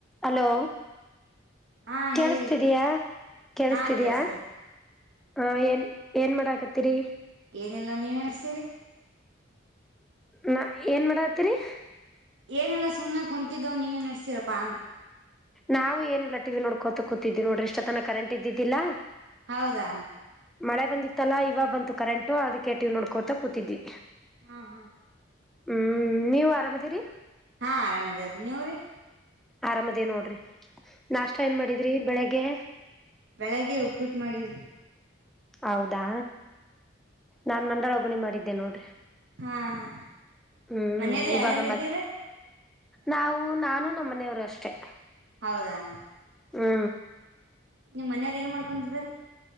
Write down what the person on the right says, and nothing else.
ಹಾ
ಹೇಳಿ
ಹಾ ಕೇಳಸ್ತದ
ಏನ್ ಇಲ್ಲಾ ನೀವೇನ ನಡೆಸಿರಿ.
ಏನೆಲ್ಲ ಸುಮ್ನೆ ಕುಂತಿದ್ದೋ ನೀವೇ ನಡ್ಸಿರಪ್ಪ ಅಂದ.
ಹೌದಾ
ಹಾ ಹಾ
ಹಾ ಆರಾಮ್ ಇದೇವ್ರೀ ನೀವ್ರೀ
ಬೆಳಗ್ಗೆ ಉಪ್ಪಿಟ್ಟು ಮಾಡಿವ್ರಿ
ಹಾ ಹಾ
ಮನೇಲಿ ಯಾರಾರು
ಇದ್ದೀರ
ಹೌದಾ
ನಿಮ್ಮನೆಯವರು ಏನ್ ಮಾಡ್ಕೊಡಿದಿದ್ದಾರೆ